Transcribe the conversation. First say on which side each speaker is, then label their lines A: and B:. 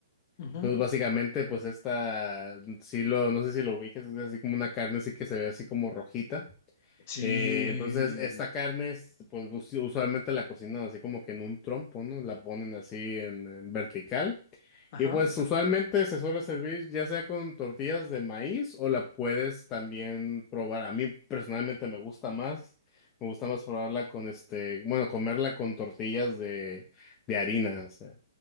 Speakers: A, on the left; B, on the left.
A: ajá.
B: Entonces, básicamente, pues esta, sí lo, no sé si lo ubiques, es así como una carne así que se ve así como rojita.
A: Sí,
B: Eh, entonces, esta carne, es, pues us- usualmente la cocinan así como que en un trompo, ¿no? La ponen así en, en vertical.
A: ajá.
B: Y pues usualmente se suele servir ya sea con tortillas de maíz o la puedes también probar. A mí personalmente me gusta más, me gusta más probarla con este, bueno, comerla con tortillas de, de harina. o sea.